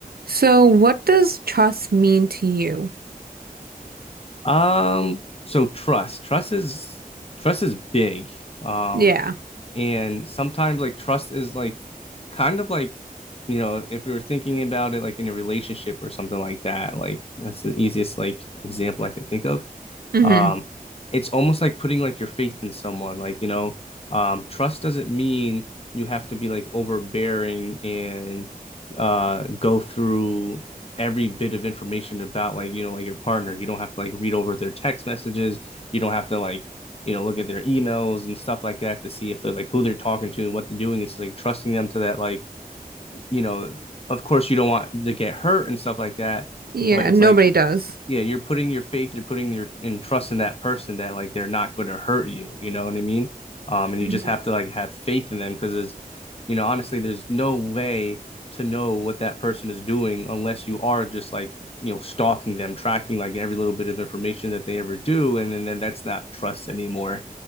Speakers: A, on the right; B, on the left.
A: So, what does trust mean to you?
B: Um, so trust. Trust is trust is big. Um,
A: Yeah.
B: and sometimes like trust is like kind of like, you know, if you were thinking about it like in a relationship or something like that, like that's the easiest like example I can think of.
A: hmm
B: Um, it's almost like putting like your faith in someone. Like, you know, um, trust doesn't mean you have to be like overbearing and uh go through every bit of information about like, you know, like your partner. You don't have to like read over their text messages. You don't have to like, you know, look at their emails and stuff like that to see if they're like who they're talking to and what they're doing. It's like trusting them to that like you know, of course you don't want to get hurt and stuff like that,
A: Yeah,
B: but it's
A: nobody
B: like,
A: does.
B: yeah, you're putting your faith, you're putting your and trust in that person that like they're not going to hurt you. You know what I mean? Um, and
A: hmm
B: you just have to like have faith in them because there's, you know, honestly, there's no way to know what that person is doing unless you are just like you know stalking them tracking like every little bit of information that they ever do and then, then that's not trust anymore